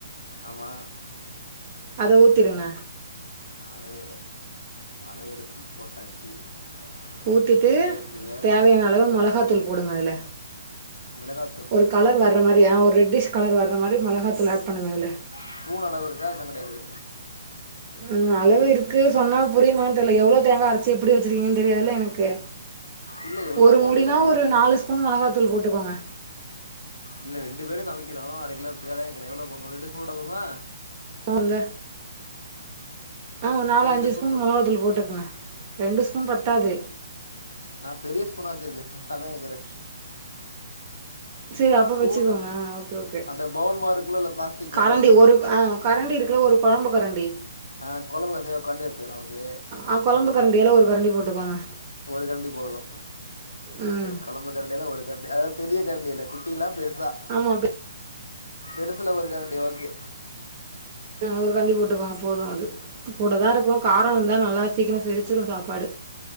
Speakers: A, on the left; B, on the right.
A: ஆமா
B: அத ஊத்திருங்க
A: அதே அத எடுத்து போட்டாச்சு
B: ஊத்திட்டு
A: ஓகே கொட்டியாச்சு வேறு
B: தேவையான அளவு மொளகாத்தூள் போடுங்க அதுல
A: மிளகா
B: ஒரு கலர் வர்ற மாரி ஆ ஒர் ரெட்டிஷ் கலர் வர்ற மாரி மொளகா தூள் ஆட் பண்ணுங்க அதுல
A: ஸ்பூன் அளவு இருக்கா அதுலா கெடையாது
B: ம் அளவு இருக்கு சொன்னா புரியுமான் தெர்ல எவ்ளோ தேங்கா அரச்சு எப்டி வச்சிருக்கீங்கன் தெரியாதுல்ல எனக்கு
A: இல்லை எவ்வளோ
B: ஒரு
A: போனது
B: மூடினா
A: இல்லை
B: ஒரு நாலு ஸ்பூன் மொளகாத்தூள் போட்டுக்கோங்க
A: இல்ல ரெண்டு பேரும் சமைக்கிறோம் அர கிலோக்கு அதா கேக்குற எவ்ளோ ரெண்டு ஸ்பூன் போட்டா போதும்மா
B: அந்த ஆ நாலு
A: சரி
B: அஞ்சு
A: ரெண்டு
B: ஸ்பூன்
A: போட்டுறேன்
B: மொளகாத்தூள் போட்டுக்குங்க ரெண்டு ஸ்பூன் பத்தாது
A: நா பெரிய ஸ்பூனா வச்சிருக்கே அதா கேக்குற
B: சரி அப்போ
A: ஸ்பூனு
B: வச்சுக்கோங்க ஆ ஓகே ஓகே
A: அந்த பவுல் மாரி இருக்குல்லல்ல பிளாஸ்டிக்ல
B: கரண்டி
A: பவுல் மாரி
B: ஒரு ஆ கரண்டி இருக்குல ஒரு கொழம்பு கரண்டி
A: ஆ கொழம்பு கசிய கர்ண்டி எடுத்துகுற அது
B: அ கொழம்பு கரண்டியால ஒரு கரண்டி போட்டுக்கோங்க
A: ஒரு கரண்டி போதும்
B: ம்
A: சரி கொழம்பு கரண்டியல்ல ஒரு கரண்டி அதாவ் பெரிய கரண்டியில்ல குட்டில்லா பெருசா
B: ஆமா போ
A: பெருசுல ஒரு கரண்டி ஓகே
B: ஒரு கரண்டி போட்டுக்கோங்க போது அது கூட தா இருக்கும் காரோ வந்தா நல்லா சீக்கிரம் செரிச்சிடும் சாப்பாடு